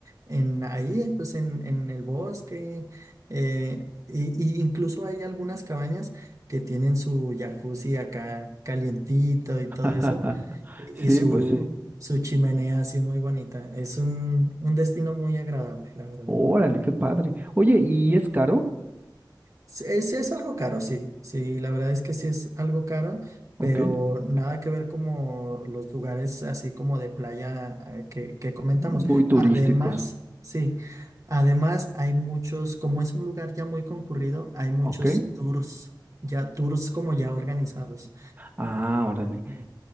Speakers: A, on the right; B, on the right.
A: en ahí, eh, pues en, en el bosque. eh, y, y incluso hay algunas cabañas que tienen su jacuzzi acá calientito
B: <laughs>
A: y todo eso. Y
B: Sí,
A: y su,
B: pues sí.
A: su chimenea así muy bonita. Es un, un destino muy agradable, la verdad.
B: Órale, qué padre. Oye, ¿y es caro?
A: Sí, Es, es algo caro, sí. Sí, la verdad es que sí es algo caro,
B: Ok.
A: pero nada que ver como los lugares así como de playa eh, que, que comentamos.
B: Muy turísticos.
A: Además, sí, además hay muchos, como es un lugar ya muy concurrido, hay muchos
B: Ok.
A: tours, ya tours como ya organizados.
B: Ah, órale.
A: Sí.